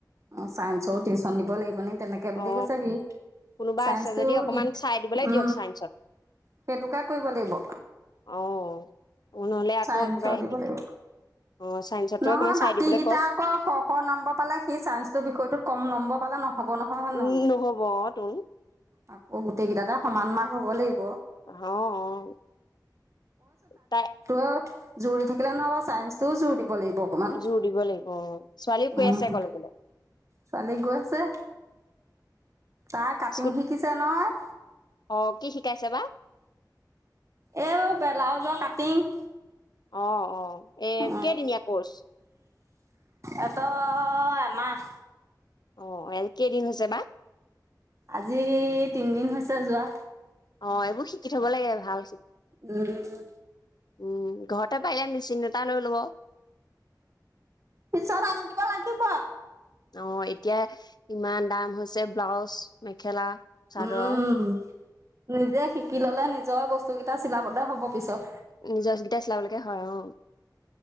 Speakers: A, on the right; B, on the left.
A: অ চাইন্সৰ টিউচন দিব লাগিব নে? তেনেকে বুলি
B: অ
A: কৈছ সি?
B: কোনোবা
A: আস্তেউ
B: আছে যদি অকমান
A: দিম
B: চাই দিবলৈ
A: উ উ
B: দিয়ক চাইন্সত
A: সেইটো কে কৰিব লাগিব।
B: অ নহলে আকৌ
A: চাইন্স
B: একেবাৰে
A: দিব
B: দিগদাৰ।
A: লাগিব
B: অ চাইন্সতো
A: নহয়
B: অকমান চাই
A: বাকী
B: দিবলৈ
A: কেইট
B: কওক
A: আকৌ শ শ নম্বৰ পালে সেই চাইন্সটোৰ বিষয়টোত। কম নম্বব পালে নহ। হ'ব নহয় নহয়
B: উম নহব অ তোন
A: আকৌ গোটেইকেইটাতে সমান মাক হ'ব লাগিব
B: আহ অ তাই
A: ত জুৰি থাকিলে নহ'ব চাইন্স টোও জোৰ দিব লাগিব। অকমান
B: জোৰ দিব লাগিব অ ছোৱালীও
A: উম
B: কৈ আছে কলে বোলে।
A: ছোৱালী গৈ আছে। তাই কাটিং
B: স্কুট
A: শিকিছে নহয়।
B: অ কি শিকাইছে বা।
A: এইবাৰ ব্লাউজৰ কাটিং।
B: অ অ এ
A: উ
B: কেইদিনীয়া কৰ্চ
A: এটা। বা এমাহ।
B: অ এল কেইদিন হৈছে বা
A: আজি তিনদিন হৈছে যোৱা।
B: অ এইবোৰ শিকি থব লাগে ভাল।
A: উম উ
B: উম ঘৰতে পাৰিলে মেচিন এটা লৈ লব।
A: পিছত আনি দিব লাগিব।
B: অ এতিয়া ইমান দাম হৈছে ব্লাউজ মেখেলা চাদৰ
A: উম নিজে শিকি ললে নিজে। তই বস্তু কেইটা চিলাবলে হ'ব পিছত
B: নিজৰ কেইটা চিলাবলৈকে হয় অ